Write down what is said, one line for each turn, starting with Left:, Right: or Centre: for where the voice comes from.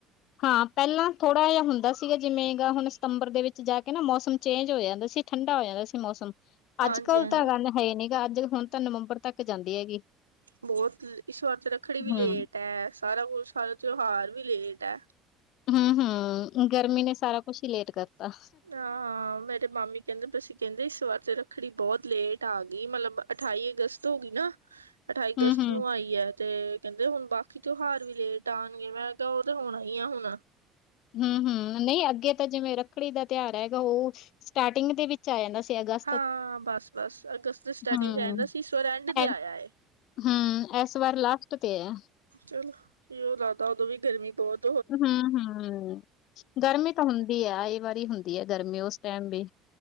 Left: ਹਾਂ ਪਹਿਲਾਂ ਥੋੜ੍ਹਾ ਜਿਹਾ ਹੁੰਦਾ ਸੀ ਸੀਗਾ ਜਿਵੇਂ ਗਾ ਹੁਣ ਸਤੰਬਰ ਦੇ ਵਿੱਚ ਜਾ ਕੇ ਨਾ ਮੌਸਮ ਚੇਂਜ ਹੋ ਜਾਂਦਾ ਸੀ, ਠੰਡਾ ਹੋ ਜਾਂਦਾ ਸੀ ਮੌਸਮ।
Right: ਹਾਂਜੀ
Left: ਅੱਜ-ਕੱਲ੍ਹ
Right: ਹਾਂਜੀ
Left: ਤਾਂ ਗੱਲ ਹੈ ਨੀ ਗਾ, ਅੱਜ ਹੁਨ ਤਾਂ ਨਵੰਬਰ ਤੱਕ ਜਾਂਦੀ ਹੈਗੀ।
Right: ਬੋਤ ਇਸ ਵਾਰ ਤੇ ਰੱਖੜੀ ਵੀ
Left: ਹੂੰ,
Right: ਲੇਟ ਐ, ਸਾਰਾ ਕੁਛ ਸਾਰਾ ਤਿਉਹਾਰ ਵੀ ਲੇਟ ਐ।
Left: ਹੂੰ-ਹੂੰ, ਗਰਮੀ ਨੇ ਸਾਰਾ ਕੁਛ ਹੀ ਲੇਟ ਕਰਤਾ।
Right: ਹਾਂ ਮੇਰੇ ਮਾਮੀ ਕਹਿੰਦੇ ਪਏ ਸੀ ਕਹਿੰਦੇ ਇਸ ਵਾਰ ਤੇ ਰੱਖੜੀ ਬੋਤ ਲੇਟ ਆ ਗਈ ਮਤਲਬ ਅਠਾਈ ਅਗਸਤ ਹੋ ਗਈ ਨਾ, ਅਠਾਈ
Left: ਹੂੰ,
Right: ਅਗਸਤ
Left: ਹੂੰ।
Right: ਨੂੰ ਆਈ ਐ। ਤੇ ਕਹਿੰਦੇ ਹੁਨ ਬਾਕੀ ਤਿਉਹਾਰ ਵੀ ਲੇਟ ਆਨਗੇ, ਮੈਂ ਕਿਹਾ ਓ ਤੇ ਹੋਣਾ ਈ ਐ ਹੁਨ।
Left: ਹੂੰ-ਹੂੰ, ਨਈ ਅੱਗੇ ਤੇ ਜਿਵੇਂ ਰੱਖੜੀ ਦਾ ਤਿਉਹਾਰ ਹੈਗਾ, ਓ ਸਟਾਰਟਿੰਗ ਦੇ ਵਿੱਚ ਆ ਜਾਂਦਾ ਸੀਗਾ ਅਗਸ
Right: ਹਾਂ ਬਸ-ਬਸ, ਅਗਸਤ ਦੇ ਸਟਾਰਟਿੰਗ
Left: ਹੂੰ,
Right: 'ਚ ਆ ਜਾਂਦਾ ਸੀ, ਇਸ ਵਾਰ ਐਂਡ ਤੇ
Left: ਐ
Right: ਆਇਆ ਏ।
Left: ਹੂੰ, ਏਸ ਵਾਰ ਲਾਸਟ ਤੇ ਐ।
Right: ਚੱਲੋ, ਓਇਓ ਲੱਗਦਾ ਉਦੋਂ ਵੀ ਗਰਮੀ ਬੋਤ
Left: ਹੂੰ-ਹੂੰ, ਗਰਮੀ ਤਾਂ ਹੁੰਦੀ ਐ, ਆਈ ਵਰੀ ਹੁੰਦੀ ਹੈ ਗਰਮੀ ਉਸ ਟਾਈਮ ਵੀ,